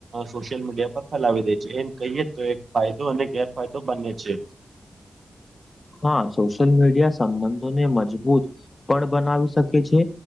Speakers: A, on the right (about 70°); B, on the left (about 40°).
A: સોશિયલ મીડિયા પર ફેલાવી દે છે, એમ કહીએ તો એક ફાયદો અને ગેરફાયદો બને છે.
B: હા સોશિયલ મીડિયા સંબંધોને મજબૂત પણ બનાવી શકે છે.